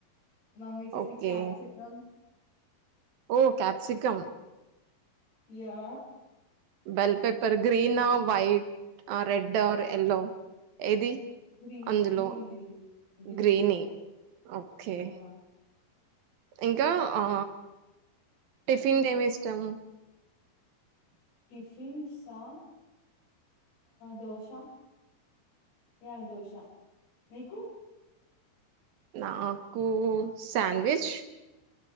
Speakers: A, on the left; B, on the right.
A: మమ్మీ చేసే
B: ఓకే
A: కాప్సికం
B: ఓ క్యాప్సికమ్
A: యా
B: బెల్ పేపర్ గ్రీనా వైట్ ఆ రెడ్ ఆ ఎల్లో ఏది
A: గ్రీన్
B: అందులో
A: గ్రీన్ గ్రీన్ గ్రీన్
B: గ్రీని ఓకే
A: యా
B: ఇంకా ఆ టిఫిన్ ఏమి ఇష్టము
A: టిఫిన్ సా దోశ యా దోష మీకు
B: నాకు శండ్విచ్